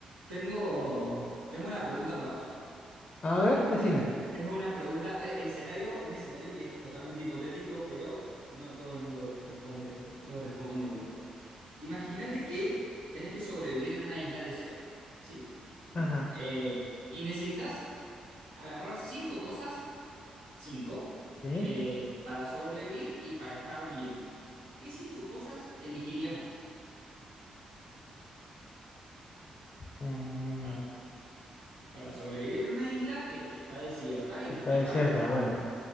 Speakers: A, on the right (about 75°); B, on the left (about 40°).
A: Tengo, tengo una pregunta para vos.
B: A ver, decime.
A: Es una pregunta, eh, escenario, un escenario que es totalmente hipotético, pero no todo el mundo lo responde, lo responde igual. Imagínate que tenés que sobrevivir en una isla desierta, ¿sí? Mm,
B: Ajá,
A: eh, y necesitas agarrar cinco cosas, cinco,
B: sí.
A: eh, para sobrevivir y para estar bien. ¿Qué cinco cosas elegirías vos
B: Mm,
A: para, para sobrevivir en una isla que, que está desierta y
B: está
A: también
B: desierta,
A: para
B: bueno.